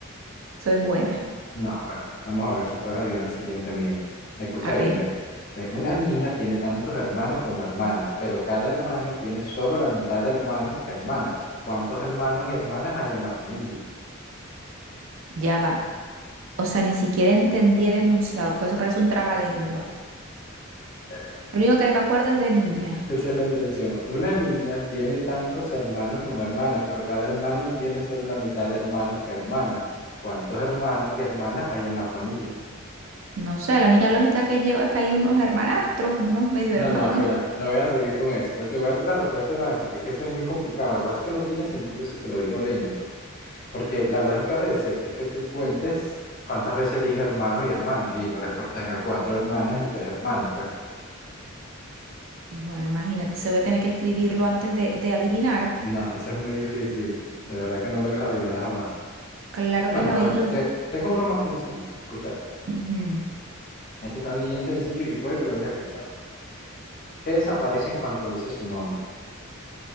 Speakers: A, on the right; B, on the left.
A: Soy buena.
B: No, bueno, vamos a ver si puedes adivinar el siguiente mío. Escucha
A: A
B: bien,
A: ver,
B: ve. Ve, Una niña tiene tantos hermanos como hermanas, pero cada hermano tiene solo la mitad de hermanos que hermanas. ¿Cuántos hermanos y hermanas hay en la familia?
A: ya va. O sea, ni siquiera entendí el enunciado, porque eso parece un trabalengua.
B: <laughs>
A: Lo único que me acuerdo es de niña.
B: Esa es la intención. Una niña tiene tantos hermanos como hermanas, pero cada hermano tiene solo la mitad de hermanos que hermanas. ¿Cuántos hermanos y hermanas hay en la familia?
A: No sé, la única lógica que llevo es que hay unos hermanastros, unos medio
B: No,
A: hermanos.
B: no, mira, no voy a seguir con eso, pero te voy a decir la respuesta de una vez porque es que eso es muy complicado. Lo que pasa es que no tiene sentido si te lo digo lento, porque la lógica de ese es que tú cuentes cuántas veces dije hermano y hermanas, y la respuesta era cuatro hermanas y tres hermanos, pues.
A: Bueno, imagínate, se voy a tener que escribirlo antes de, de adivinar.
B: No, eso es muy difícil. De verdad que no lo ibas a adivinar jamás.
A: Claro
B: Bueno,
A: que no.
B: pero
A: Y los... di-
B: te, tengo uno más sencillito. Escucha.
A: Ujú.
B: Este está bien sencillo y puede que lo hayas escuchado. ¿Qué desaparece en cuanto dice su nombre?